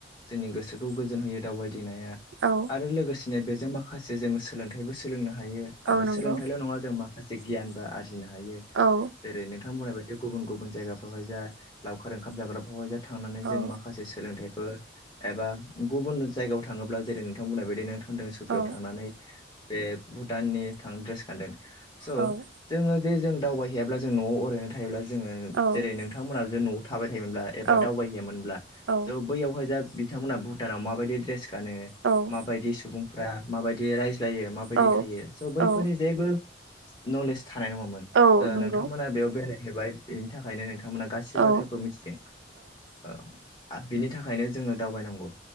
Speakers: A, on the left; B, on the right.
A: जोंनि गोसोखौ गोजोन होयो दावबायदिनाया
B: औ
A: आरो लोगोसेनो बेजों माखासे जों सोलोंथाइबो सोलोंनो हायो आरो
B: औ नंगौ
A: सोलोंथाइल नंङा जों माखासे गियानबो आरजिनो हायो
B: औ
A: जेरै नोंथां थां बुंनाय बायदि गुबुन-गुबुन जायगाफ्रावहाय जा लावखार ओंखाम जाग्राफ्रावहाय जा थांनानै
B: औ
A: जों माखासे सोलोंथाइ ओ एबा गुबुन जायगायाव थांङोब्ला जेरै नोंथां बुंनाय बायदि नोंथां होनदों सकियाव
B: औ
A: थांनानै बे भुटाननि थां ड्रेस गानदों स
B: औ
A: जोंङो जे जों दावबायहैयाब्ला जों नआव ओरैनो थायोब्ला जों जोंङो
B: औ
A: जेरै नोंथांमोनाबो नआव थाबाय थायोमोनब्ला एबा
B: औ
A: दावबायहैयोनब्ला
B: औ
A: थ बैयावहाय जा बिथांमोनहा भुटानाव माबायदि ड्रेस गानो
B: औ
A: माबायदि सुबुंफोरा माबायदि राय जायो माबायदि
B: औ
A: थायो स बैफोरनि
B: औ
A: जेबो नलेज थानाय नंङामोन
B: औ नंगौ
A: नोंथांमोना बेयाव बेरायहैबाय बेनि थाखायनो नोंथां बिथांमोना गासै
B: औ
A: बाथ्राखौ मिथिदों बिनि थाखायनो जोंङो दावबायनांगौ